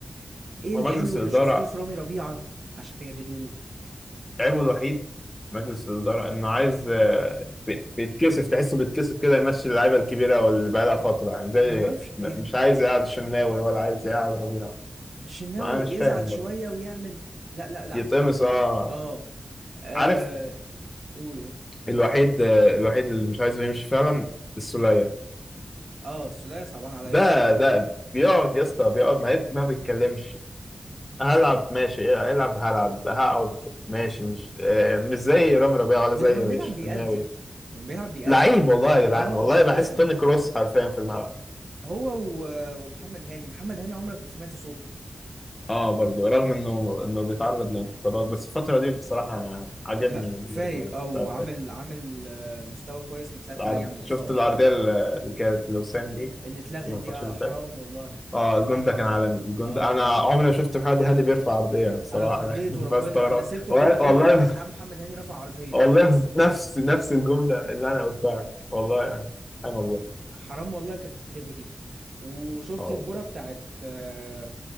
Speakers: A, on the right; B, on the left.
A: ايه
B: هو
A: الحلو
B: مجلس الإدارة
A: اللي شفتوه في رامي ربيعه عشان تجددوا له
B: عيبه الوحيد مجلس الإدارة إنه عايز آه، بي- بيتكسف تحسه بيتكسف كده يمشي اللعيبة الكبيرة واللي بقالها فترة يعني زي
A: ما اعرفش
B: م-
A: يعني
B: مش عايز يقعد الشناوي ولا عايز يقعد ربيع
A: الشناوي
B: ما أنا
A: يزعل
B: مش فاهم
A: شويه
B: برضه
A: ويعمل لا لا لعبوا
B: يتقمص
A: لعبوا لعبوا
B: أه
A: اه آه،
B: عارف
A: قول قول.
B: الوحيد آه، الوحيد اللي مش عايزه يمشي فعلا السولية
A: اه السولية صعبان عليا
B: ده
A: الصراحه
B: ده بيقعد يا اسطى بيقعد ما ما بيتكلمش هلعب ماشي إيه، العب هلعب هقعد ماشي مش آه، مش زي رامي ربيعة ولا
A: ولما
B: زي
A: بيلعب
B: الشناوي
A: بيأدي لما بيلعب بيأدي
B: لعيب
A: ما بي...
B: والله يا جدعان
A: اه
B: والله
A: والله
B: بحس توني كروس حرفيا في الملعب
A: هو و... ومحمد هاني محمد هاني عمرك ما سمعت صوته
B: اه برضه رغم انه انه بيتعرض لانتقادات بس الفترة دي بصراحة يعني عجبني
A: لا
B: يعني
A: فايق
B: برضه
A: اه وعامل
B: بتاع الحلو.
A: عامل آه، مستوى كويس من ساعة
B: العرض
A: ما رجع من الإصابة
B: شفت العرضية اللي كانت لوسام دي
A: اللي اتلغت
B: الماتش
A: دي آه
B: اللي
A: حرام
B: فات
A: والله
B: اه
A: والله
B: الجون
A: حرام
B: ده كان عالمي الجون
A: اه
B: ده انا
A: والله
B: عمري ما شفت محمد هاني بيرفع عرضية بصراحة
A: انا اتخضيت
B: <laughs> بستغرب
A: وربنا انا سبت الجون
B: والله
A: كله
B: والله
A: قلت يا جدعان محمد هاني رفع عرضية
B: والله نفس نفس الجملة اللي انا قلتها والله يعني سبحان الله
A: حرام والله كانت تتلغي دي وشفت
B: اه والله
A: الكرة بتاعت آه،